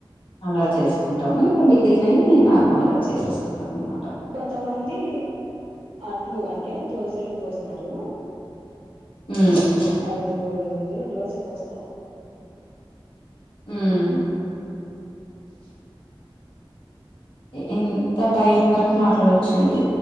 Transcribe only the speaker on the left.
అలా చేసుకుంటాము మిగిలినయి నార్మల్ గా చేసేసుకుంటాం అన్నమాట
ఉమ్మ్
మ్మ్ ఎంత టైం వరకు మాట్లాడోచ్చండి